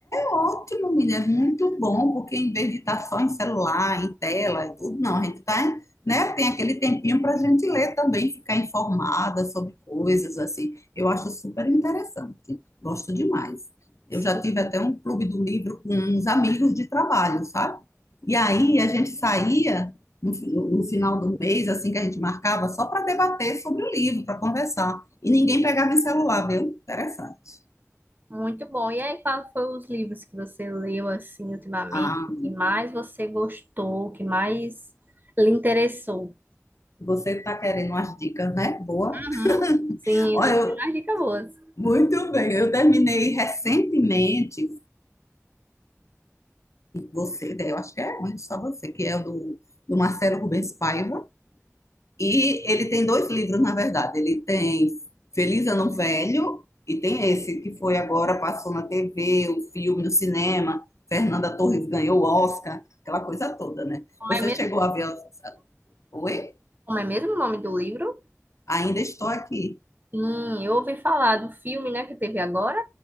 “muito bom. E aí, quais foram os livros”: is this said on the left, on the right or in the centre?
Right